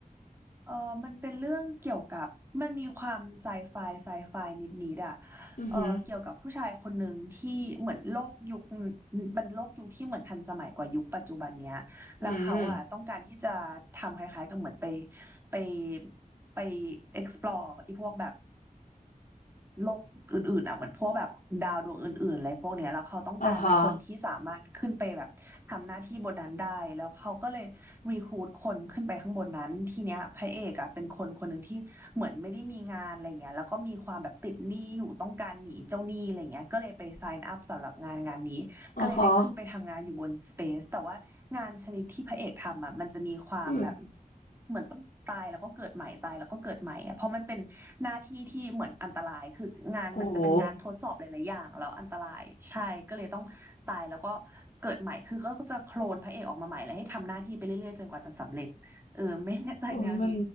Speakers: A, on the right (about 15°); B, on the left (about 75°).
A: เออมันเป็นเรื่องเกี่ยวกับมันมีความไซไฟไซไฟนิดๆอ่ะ
B: อือหือ
A: เออเกี่ยวกับผู้ชายคนหนึ่งที่เหมือนโลกยุคเป็นโลกยุคที่เหมือนทันสมัยกว่ายุคปัจจุบันเนี้ยแล้วเขาอ่ะต้องการที่จะทำคล้ายๆกับเหมือนไป
B: อืม
A: ไปไป explore ไอีพวกแบบ โลกอื่นๆอ่ะเหมือนพวกแบบดาวดวงอื่นๆอะไรพวกเนี้ยแล้วเขาต้องการคนที่สามารถขึ้นไปแบบทำหน้าที่บนนั้นได้แล้วเขาก็เลยรีครูทคนขึ้นไปข้างบนนั้นทีเนี้ยพระเอกอ่ะเป็นคนคนหนึ่งที่เหมือนไม่ได้มีงานอะไรเงี้ยแล้วก็มีความแบบติดหนี้อยู่ต้องการหนีเจ้าหนี้อะไรเงี้ยก็เลยไป
B: อ๋อฮะ
A: sign up สำหรับงานงานนี้ก็เลยได้ขึ้นไปทำงานอยู่บน
B: อ๋อฮะ
A: Space แต่ว่างานชนิดที่พระเอกทำอ่ะมันจะมีความแบบ
B: อืม
A: เหมือนต้องตายแล้วก็เกิดใหม่ตายแล้วก็เกิดใหม่อ่ะเพราะมันเป็น หน้าที่ที่เหมือนอันตรายคืองานมันจะเป็นงานทดสอบหลายๆอย่างแล้วอันตรายใช่ก็เลยต้องตายแล้วก็
B: โอ้โห
A: เกิดใหม่คือก็จะโคลนพระเอกออกมาใหม่แล้วให้ทำหน้าที่ไปเรื่อยๆจนกว่าจะสำเร็จเออไม่แน่ใจแนวนี้
B: โอ้ยมัน